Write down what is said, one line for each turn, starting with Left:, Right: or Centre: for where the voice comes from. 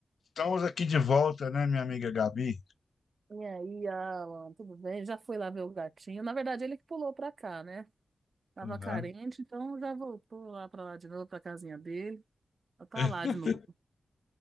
Left: Estamos aqui de volta, né, minha amiga Gabi?
Right: E aí, Alan, tudo bem? Já fui lá ver o gatinho. Na verdade, ele que pulou pra cá, né? Tava
Left: Uhum.
Right: carente, então já voltou lá pra lá de novo, pra casinha dele. Já Tá
Left: <laughs>
Right: lá de novo.